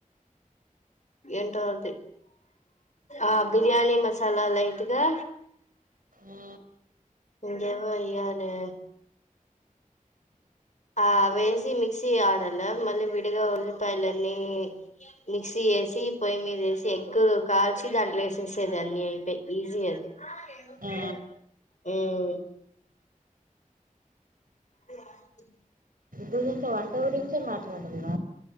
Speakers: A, on the left; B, on the right.
A: ఏంటో అది ఆ బిర్యానీ మసాలా లైట్గా
B: ఆ
A: ఇంకేమో ఎయ్యాలె ఆ వేసి మిక్సీ ఆడాల మళ్ళీ విడిగా ఉల్లిపాయలన్నీ మిక్సీ ఎసి పొయ్యి మీద ఎసి ఎగ్ కాల్చి దాంట్లో వేసేసేది అన్ని అయిపోయి ఈజీ అది ఆ ఎగ్ కూర్
B: ఆ
A: మ్మ్ అ
B: గురించి వంట గురించే మాట్లా వాడుంద